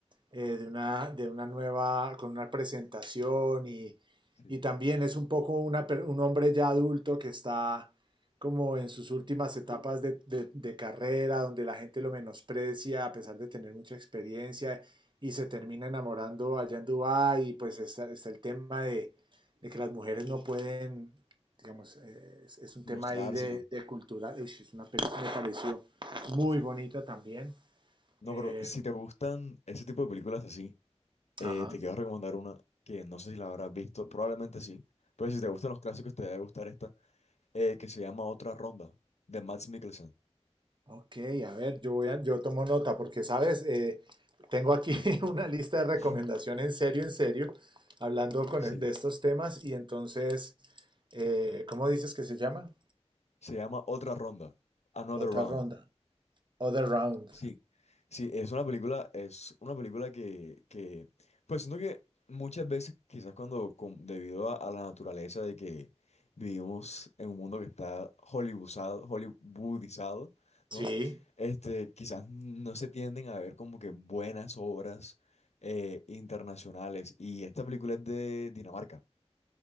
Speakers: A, on the right; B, on the left.
A: eh, de, una, de una nueva, con una presentación y,
B: Sí.
A: y también es un poco una un hombre ya adulto que está como en sus últimas etapas de, de- de carrera, donde la gente lo menosprecia a pesar de tener mucha experiencia y se termina enamorando allá en Dubái y pues está, está el tema de, de que las mujeres no pueden, digamos, eh, es, es un
B: Mostrarse
A: tema ahí de,
B: y todo.
A: de cultural, Uy, es una película que me pareció muy
B: Sí.
A: bonita también.
B: No,
A: Eh,
B: pero si te gustan ese tipo de películas así, eh,
A: ajá.
B: te quiero recomendar una que no sé si la habrás visto, probablemente sí. Pero si te gustan los clásicos, te debe gustar esta. eh, que se llama Otra Ronda, de Mads Mikkelsen.
A: Ok, a ver, yo voy a- yo tomo nota porque, sabes, Eh, tengo aquí <laughs>
B: Sí.
A: una lista de recomendación
B: <laughs>
A: en serio, en serio, hablando con
B: Sí.
A: e- de estos temas y entonces, eh, ¿cómo dices que se llama?
B: Se llama Otra Ronda, Another
A: Otra
B: Round.
A: ronda, other round.
B: Sí. Sí, es una película, es una película que, que pues siento que muchas veces, quizás cuando, con- debido a, a la naturaleza de que vivimos en un mundo que está hollywoodizado, hollywoodizado, ¿no?
A: Sí.
B: Este, quizás no se tienden a ver como que buenas obras eh, internacionales. Y esta película es de Dinamarca.